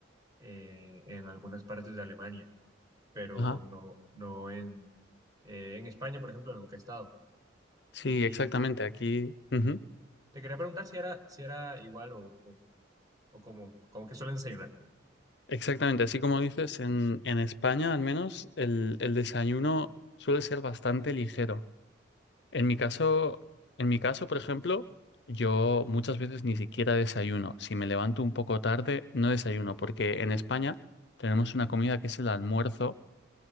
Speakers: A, on the right; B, on the left.
A: eh, en algunas partes de Alemania, pero
B: ajá.
A: no, no en, eh, en España, por ejemplo, nunca he estado.
B: Sí,
A: Y
B: exactamente,
A: te,
B: aquí. ujú,
A: te quería preguntar si era, si era igual o, o, o como, como que suelen desayunar.
B: Exactamente, así como dices, en, en España al menos el, el desayuno suele ser bastante ligero. En mi caso, en mi caso, por ejemplo, yo muchas veces ni siquiera desayuno. Si me levanto un poco tarde, no desayuno, porque en España tenemos una comida que es el almuerzo,